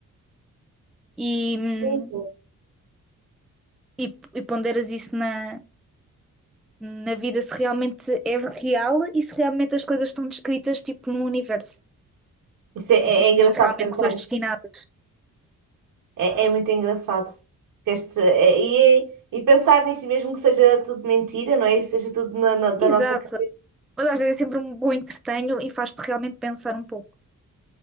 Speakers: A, in the centre; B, on the right.
A: e, hum,
B: Sim, sim.
A: e, e ponderas isso na, na vida se realmente é real e se realmente as coisas estão descritas tipo no universo
B: Isso é, é-
A: e se
B: é engraçado
A: existem realmente
B: pensar.
A: pessoas destinadas.
B: É, é muito engraçado. Se queres te- é- e, é- e pensar nisso, mesmo que seja tudo mentira, não é? E seja tudo na, na- da
A: Exato.
B: nossa cabeça.
A: Mas às vezes é sempre um bom entretenho e faz-te realmente pensar um pouco.